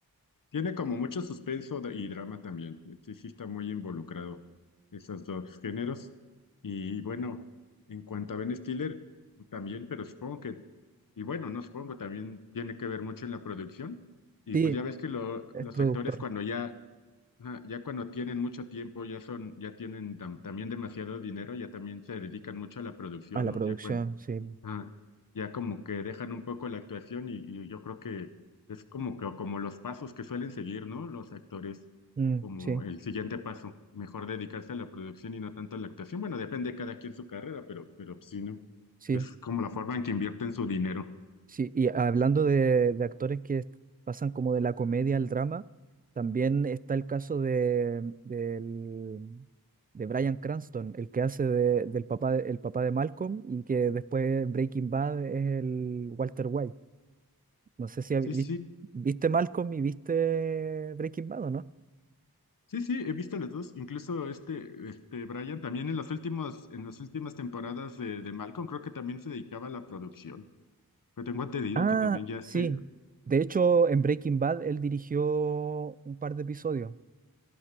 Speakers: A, on the left; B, on the right.
A: Tiene como mucho suspenso de- y drama también. Sí, sí está muy involucrado esos dos géneros. Y bueno, en cuanto a Ben Stiller, también, pero supongo que, y bueno, no supongo, también tiene que ver mucho en la producción. Y
B: sí,
A: pues ya ves que lo-
B: es
A: los
B: productor.
A: actores cuando ya, ajá, ya cuando tienen mucho tiempo, ya son, ya tienen tam- también demasiado dinero, ya también se dedican mucho a la producción,
B: a la
A: ¿no?
B: producción,
A: Ya
B: sí.
A: Ah, ya como que dejan un poco la actuación y, y yo creo que es como que como los pasos que suelen seguir, ¿no? Los actores,
B: Mm,
A: como
B: sí,
A: el siguiente paso, mejor dedicarse a la producción y no tanto a la actuación. Bueno, depende de cada quien su carrera, pero, pero sí, ¿no?
B: sí.
A: Es como la forma en que invierten su dinero.
B: Sí, y hablando de, de actores que est- pasan como de la comedia al drama, también está el caso de, del- de Bryan Cranston, el que hace de- del papá de, el papá de Malcolm y que después en Breaking Bad es el Walter White. No sé si habi-
A: Sí,
B: vis-
A: sí,
B: viste Malcolm y viste Breaking Bad o no.
A: sí, sí, he visto las dos. Incluso este, este Brian también en las últimas, en las últimas temporadas de, de Malcolm creo que también se dedicaba a la producción. Pero tengo entendido
B: Ah,
A: que también ya este,
B: sí. De hecho, en Breaking Bad él dirigió un par de episodios.